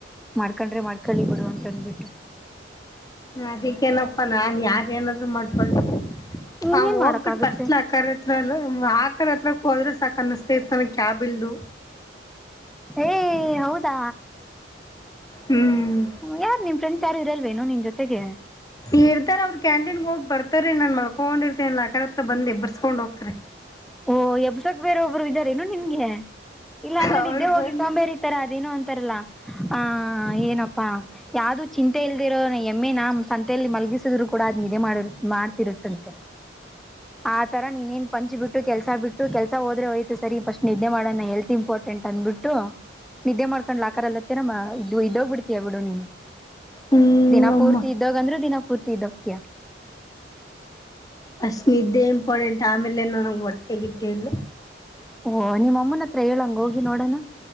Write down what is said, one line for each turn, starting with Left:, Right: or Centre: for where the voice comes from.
Centre: ಮಾಡ್ಕೊಂಡ್ರೆ ಮಾಡ್ಕೊಳ್ಳಳಿ ಬಿಡು ಅಂತಂದ್ಬಿಟ್ಟು
Left: ಅದಕ್ಕೇನಪ್ಪಾ ನಾನ್ ಯಾರ ಏನಾದ್ರು ಮಾಡ್ಕೊಳ್ ಹ
Centre: ಇನ್ನೇನ್
Left: ಹೋಗ್ಬಿಟ್ಟ
Centre: ಮಾಡಕ್ಕಾಗುತ್ತೆ
Left: ಫಸ್ಟ್ಲ್ ಆಕ ಹತ್ರ ಆಕ ಹತ್ರಕ್ ಹೋದ್ರೆ ಸಾಕ ಅನ್ನಿಸ್ತ ನನ್ ಕ್ಯಾಬ್ ಇಲ್ದು
Centre: ಏ ಹೌದಾ
Left: ಹ್ಮ್
Centre: ಯಾರ ನಿ ಫ್ರೆಂಡ್ಸ್ ಯಾರು ಇರಲ್ವೇನೋ ನಿನ್ ಜೊತೆಗೆ
Left: ಈ ಇರ್ತಾರ ಅವ್ರು ಕ್ಯಾಂಟೀನ್ಗೆ ಹೋಗಿ ಬರ್ತಾರ ನಾನ್ ಮಲ್ಕೊಂಡ್ರ್ತೇನಲ್ಲ ಆಕರ ಹತ್ರ ಬಂದ ಎಬ್ಬರ್ಸ್ಕೊಂಡ್ ಹೋಗ್ತಾರೆ
Centre: ಓಹ ಎಬ್ಸಕ್ ಬೇರೆ ಒಬ್ಬರು ಇದಾರೇನು ನಿನ್ಗೆ ಇಲ್ಲಾಂದ್ರೆ
Left: ಅವಳು
Centre: ನಿದ್ದೆ ಹೋಗಿ
Left: ಬಂದು
Centre: ಸೋಂಬೇರಿ ತರ ಅದೇನು ಅಂತಾರಲ್ಲ ಆ ಏನಪ್ಪಾ ಯಾವ್ದು ಚಿಂತೆ ಇಲ್ದಿರೋ ನ ಎಮ್ಮೆ ನ ಸಂತೆಯಲ್ಲಿ ಮಲ್ಗಿಸಿದ್ರು ಕೂಡ ಅದ್ ನಿದ್ದೆ ಮಾಡಿ ಮಾಡ್ತಿರುತ್ತಂತೆ ಆ ತರ ನೀನ್ನ್ ಪಂಚ್ ಬಿಟ್ಟು ಬಿ ಕೆಲ್ಸ ಬಿಟ್ಟ ಕೆಸ ಹೋದ್ರೆೋಯ್ತ ಸರಿ ಈ ಪಸ್ಟ್ ನಿದ್ದೆ ಮಾಡೋಣ ಹೆಲ್ತ್ ಇಂಪಾರ್ಟೆಂಟ್ ಅಂದ್ಬಿಟ್ಟು ನಿದ್ದೆ ಮಾಡ್ಕೊಂಡ್ ಲ ಆಕಾರಲ್ಲತ್ತೇ ನಮ್ಮ ಇದು ಇದೋಗ್ ಬಿಡ್ತೀಯ ಬಿಡು ನೀನು
Left: ಹ್ಮ್
Centre: ದಿನಾಪೂರ್ತಿ
Left: ಅಮ್ಮ
Centre: ಇದ್ದಹೋಗ ಅಂದ್ರೂ ದಿನಾಪೂರ್ತಿ ಇದ್ದ ಹೋಗತಿಯಾ
Left: ಅಷ್ಟ ನಿದ್ದೇ ಇಂಪಾರ್ಟೆಂಟ್ ಆಮೇಲೆ ನನಗ್ ಹೋಟ್ಟೆಗಿಟ್ಟಿಲ್ಲ
Centre: ಓಹ ನಿಮ್ಮ ಅಮ್ಮನ ಹತ್ರ ಹೇಳಂಗ ಹೋಗಿ ನೋಡೋಣ